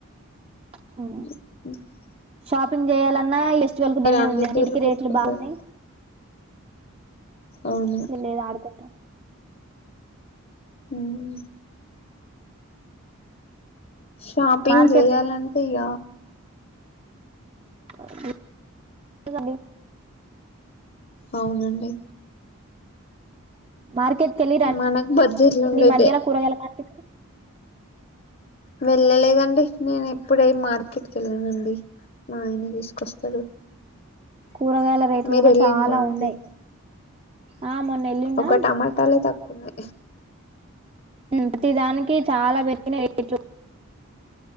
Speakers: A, on the right; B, on the left.
A: హు
B: అ
A: షాపింగ్ చేయాలన్నా ఎస్ట్వళకునేమే
B: అండి
A: ఉంది
B: ఇద్దరు
A: అన్నిటికి రేట్లు
B: కొట్టుకుంటారు
A: బాగున్నాయి
B: అవును
A: లేదు ఆడుకుంటరు
B: హుమ్ షాపింగ్
A: మార్కెట్
B: చేయ్యాలంటే ఇగ
A: అ డి <unintelligible>
B: అవునండి
A: మార్కెట్కి వెళ్ళి రండి
B: మనకు బడ్జెట్లు ఉండేదే
A: ఈ మధ్యలో కూరగాయల మార్కెట్
B: వెళ్ళలేదండి నేను ఇప్పుడే మార్కెట్కి వెళ్ళనండి. మా ఆయన తీసుకొస్తడు
A: కూరగాయల రేట్లు
B: మీరు
A: కూడా
B: వెళ్ళిం
A: చాలా
B: రా అండి
A: ఉన్నాయి ఆ మొన్న వెళ్ళిన
B: ఒక టమాటాలే ఉన్నా
A: ప్రతి దానికి చాలా రేట్లు